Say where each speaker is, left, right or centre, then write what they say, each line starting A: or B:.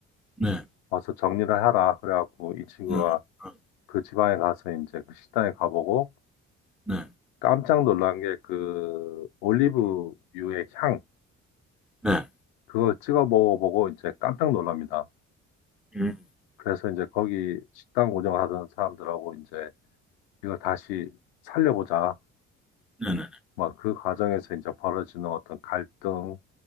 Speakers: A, in the centre; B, on the left.
A: 네,
B: 와서 정리를 하라. 그래갖고 이 친구가
A: 네, 어,
B: 그 지방에 가서 이제 그 식당에 가보고
A: 네,
B: 깜짝 놀란 게 그 올리브유의 향,
A: 네,
B: 그걸 찍어 먹어보고 이제 깜짝 놀랍니다.
A: 음,
B: 그래서 이제 거기 식당 운영하던 사람들하고 이제 이걸 다시 살려보자
A: 네, 네, 네,
B: 막 그 과정에서 이제 벌어지는 어떤 갈등,